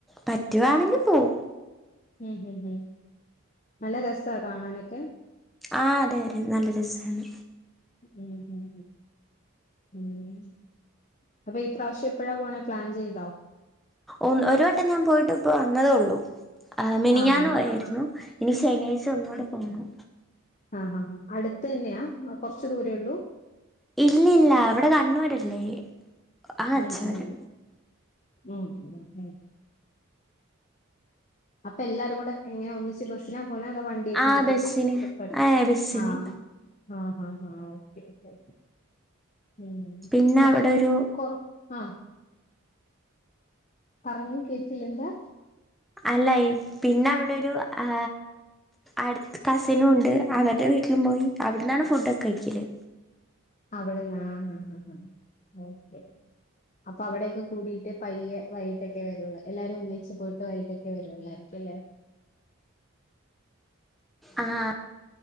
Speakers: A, in the centre; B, on the left.
A: പറ്റവാണെങ്കി പോവും
B: ഉം ഉം ഉം നല്ല രസ കാണാനൊക്കെ
A: ആ അതെ നല്ല രസാണ്
B: ഉം ഉം ഉം ഉം അപ്പൊ ഈ പ്രാവശ്യം എപ്പോഴാ പോണെ പ്ലാൻ ചെയ്തോ
A: ഒന്ന് ഒരു വട്ടം ഞാൻ പോയിട്ട് ഇപ്പ വന്നത്ള്ളൂ ആ മിനിഞ്ഞാന്ന്
B: ആഹാ.
A: പോയായിരുന്നു ഇനി ശനിയാഴ്ച ഒന്നുകൂടെ പോണം
B: ആഹ് ഹാ ഹാ അടുത്ത തന്നെയാ കൊറച്ച് ദൂരേള്ളൂ
A: ഇല്ല ഇല്ല വടെ കണ്ണൂരല്ലേ ആ
B: മ്
A: അച്ചാറ്
B: മ് മ് മ് മ് മ് അപ്പൊ എല്ലാരും കൂടെ എങ്ങനെ ഒന്നിച്ച് ബസ്സിനാ പോനെതൊ അതോ വണ്ടീക്കേടുത്തിട്ട്
A: ആ ബസ്സിന്
B: ട്രിപ്പ്ട്
A: ആ ബസ്സിന്
B: ആ ആഹ് ആഹ് ആഹ് ഓക്കേ ഓക്കേ മ്
A: പിന്നെ
B: അപ്പ
A: അവിടെ
B: നമ്മക്കൊറ
A: ഒരു
B: ആഹ് പറഞ്ഞെകേറ്റില്ലെന്താ
A: അല്ല പിന്നവിടൊരു ആ അടുത് കസിനൂണ്ട് അവരെ വീട്ടിലും പോയി അവ്ട്ന്നാണ് ഫോഡോക്കെ കഴിചില്ല്
B: അവിട്ന്നാ ഹ് ഹ് ഹ് ഓക്കേ അപ്പവടെക്കെ കൂടിട്ട് പയ്യേ വൈകിട്ടൊക്കെ വര്ള്ളൂ എല്ലാരൊന്നിച്ച് പോയിട്ട് വൈകിട്ടൊക്കെ വരോള്ളായിരിക്കുല്ലേ
A: ആഹ്